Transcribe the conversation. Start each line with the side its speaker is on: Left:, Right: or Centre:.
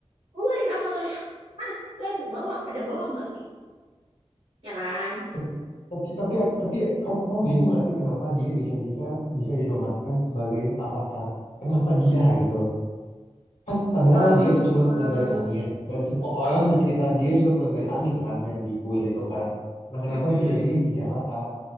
Right: Keluarin avatarnya. Mana? Len, bawa. Ada bawa nggak? Ya kan?
Left: Tep- Tapi tapi tapi kamu kamu bingung gak sih kenapa dia bisa bisa bisa dinobatkan sebagai avatar? Kenapa dia gitu? Kan padahal
Right: eh
Left: dia tuh cuman pengendali angin dan semua orang di sekitar dia juga pengendali angin kan yang di kuil itu kan. Nah, kenapa
Right: mm-mm.
Left: bisa dia yang jadi avatar?